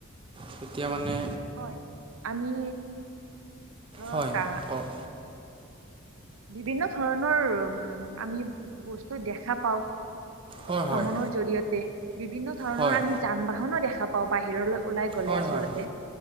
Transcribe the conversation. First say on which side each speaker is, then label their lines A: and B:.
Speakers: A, on the right (about 25°); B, on the right (about 80°).
A: তেতিয়া মানে
B: হয়। আমি ধৰক
A: হয় কওক
B: বিভিন্ন ধৰণৰ উম আমি বস্তু দেখা পাওঁ।
A: হয় হয়
B: ভ্ৰমণৰ জৰিয়তে বিভিন্ন ধৰণৰ
A: হয়
B: আমি যান বাহনো দেখা পাওঁ বাহিৰলৈ ওলাই গ'লে
A: হয়
B: আচলতে
A: হয়